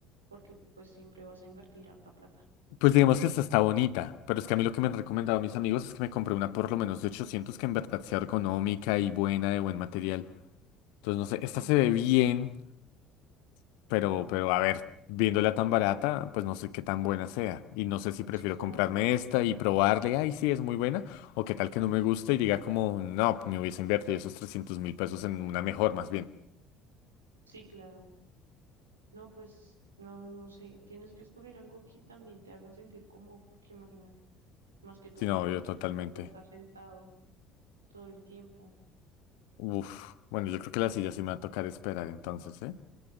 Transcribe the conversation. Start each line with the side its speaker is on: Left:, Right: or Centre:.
Right: porque pues siempre vas a invertir harta plata.
Left: Pues digamos que esta está bonita, pero es que a mí lo que me han recomendado mis amigos es que me compré una por lo menos de 800 que en verdad sea ergonómica y buena, de buen material. Entonces, no sé, esta
Right: No,
Left: se ve bien, Pero, pero a ver, viéndola tan barata, pues no sé qué tan buena sea. Y no sé si prefiero
Right: sí, claro,
Left: comprarme esta y probarle, ay, sí, es muy buena, o qué tal que no me guste y diga como, no, me hubiese invertido esos trescientos mil pesos en una mejor, más bien.
Right: sí, claro. No, pues no, no sé, tienes que escoger algo que también te haga sentir cómodo, porque imagínate, más que todo
Left: Si
Right: una
Left: no,
Right: silla
Left: yo totalmente.
Right: en la que vas a estar sentado. todo el tiempo.
Left: Uf, bueno, yo creo que la silla sí me va a tocar esperar entonces, ¿eh?